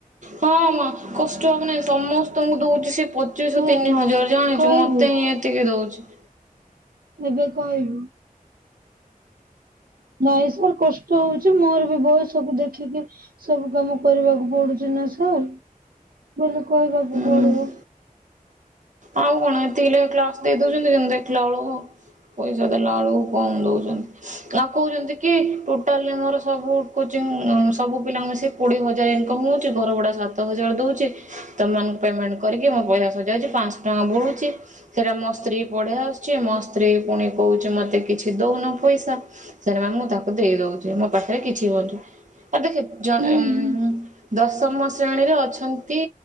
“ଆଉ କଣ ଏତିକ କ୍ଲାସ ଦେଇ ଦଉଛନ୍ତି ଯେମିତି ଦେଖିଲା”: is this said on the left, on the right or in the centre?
Right